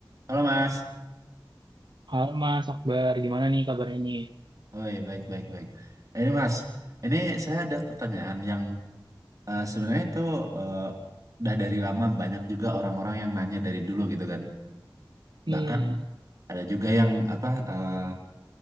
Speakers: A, on the right (about 45°); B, on the right (about 65°).
A: Halo Mas,
B: Halo Mas Akbar, gimana nih kabarnya nih?
A: Oi, baik baik baik. Ini Mas, ini saya ada pertanyaan yang eh, sebenarnya itu eh, udah dari lama banyak juga orang-orang yang nanya dari dulu gitu kan.
B: Hmm,
A: Bahkan ada juga yang apa eh,